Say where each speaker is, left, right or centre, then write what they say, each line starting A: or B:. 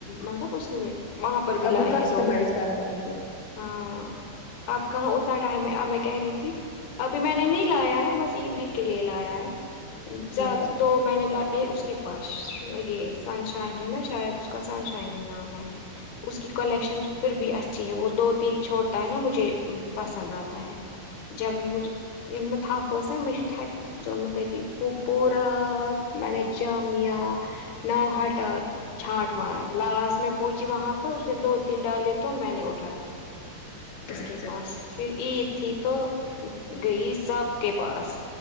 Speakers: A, on the left; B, on the left.
A: مطلب اس نے وہاں پر بھی
B: آپ
A: لائے
B: کو کسٹمائز
A: ہیں دو
B: کرنا تھا پھر
A: ہاں آپ کہاں اتنا ٹائم ہے اب میں کہہ رہی تھی ابھی میں نے نہیں لایا ہے بس عید وید کے لیے لایا ہے زیادہ
B: اچھا
A: دو میں نے لا اس کے پاس یہ سن شائن ہے نا شاید اس کا سن شائن نام ہے اس کی کلیکشن پھر بھی اچھی ہے وہ دو تین چھوڑتا ہے نا مجھے پسند آتا ہے
B: <inaudible>
A: جب مجے یل میں تھپس نا میں چ تھپ اونمت ت پ پورا <unintelligible> میں نے جامیا نو ہٹا چھانٹ مارا لاسٹ میں پہنچی وہاں پر اس نے دو تین ڈالے تو میں نے اٹھایا اس
B: اچھا
A: کے پاس پھر عید تھی تو گئی سب کے پاس